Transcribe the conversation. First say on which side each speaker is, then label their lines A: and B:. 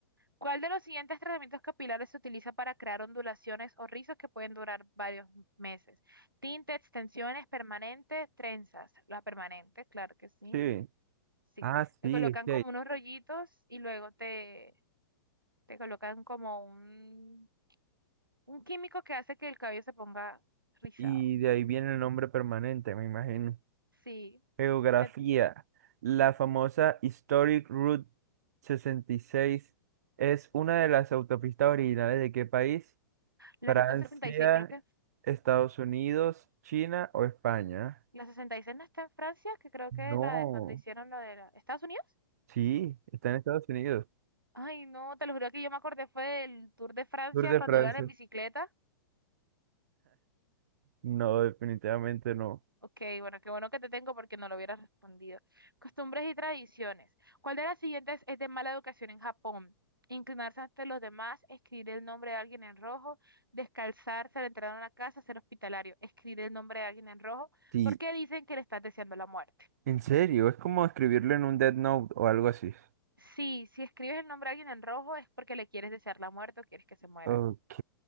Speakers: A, on the right; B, on the right.
A: ¿Cuál de los siguientes tratamientos capilares se utiliza para crear ondulaciones o rizos que pueden durar varios meses? Tinte, extensiones, permanente, trenzas. La permanente, claro que sí.
B: Sí.
A: Sí.
B: Ah,
A: Te
B: sí,
A: colocan
B: ok.
A: como unos rollitos y luego te, te colocan como un Un químico que hace que el cabello se ponga rizado.
B: Y de ahí viene el nombre permanente, me imagino.
A: Sí.
B: Geografía.
A: Te-
B: La famosa Historic Route sesenta y seis es una de las autopistas originales de qué país?
A: La
B: Francia,
A: ruta sesenta y seis creo que. es.
B: Estados Unidos, China o España.
A: La sesenta y seis no está en Francia, que creo que
B: No,
A: es la de cuando hicieron lo de la- Estados Unidos.
B: sí, está en Estados Unidos.
A: Ay, no, te lo juro que yo me acordé fue del Tour de Francia
B: Tour de
A: cuando
B: Francia.
A: iban en bicicleta
B: No, definitivamente no.
A: Ok, bueno, qué bueno que te tengo porque no lo hubieras respondido. Costumbres y tradiciones. ¿Cuál de las siguientes es de mala educación en Japón? Inclinarse ante los demás, escribir el nombre de alguien en rojo, descalzarse al entrar a una casa, ser hospitalario, escribir el nombre de alguien en rojo,
B: Sí,
A: porque dicen que le estás deseando la muerte.
B: en serio, es como escribirlo en un Dead Note o algo así.
A: Sí, si escribes el nombre de alguien en rojo es porque le quieres desear la muerte o quieres que se muera.
B: Ok,